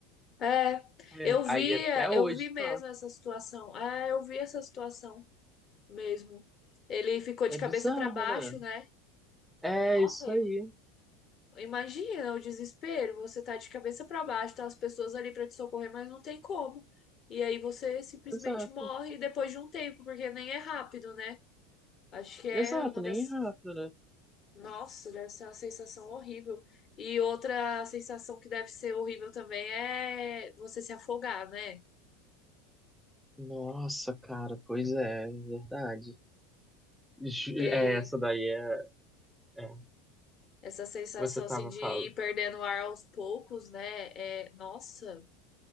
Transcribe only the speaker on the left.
É,
eu
vi,
é,
eu vi mesmo
essa situação. É, eu vi essa situação mesmo. Ele ficou
de
cabeça pra baixo,
né?
Nossa,
Imagina o desespero, você tá de cabeça pra baixo, tá as pessoas ali pra te socorrer, mas não tem como. E aí você simplesmente
morre depois de um tempo, porque nem é rápido, né? Acho que é
uma das.
Nossa, deve ser uma sensação horrível. E outra sensação que deve ser horrível também é você se afogar, né?
Porque
essa sensação
assim
de
ir perdendo o ar aos poucos, né? É... Nossa,